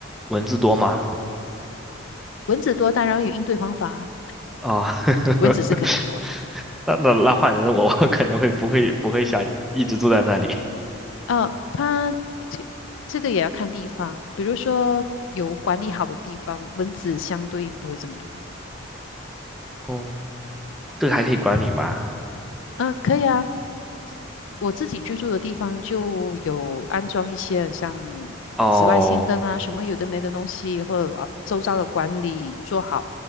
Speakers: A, in the centre; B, on the left.
A: 文字多吗？
B: 蚊子多当然有应对方法啊
A: 哦，<laughs>
B: 蚊子是肯定多的。
A: 那那那换成我，我可能会不会不会想一直住在那里。
B: 呃，它这这个也要看地方，比如说有管理好的地方，蚊子相对应不会这么多。
A: 哦，这个还可以管理吗？
B: 嗯，呃可以啊。我自己居住的地方就有安装一些很像紫外线灯啊，
A: 哦，
B: 什么有的没的东西，或者啊周遭的管理做好，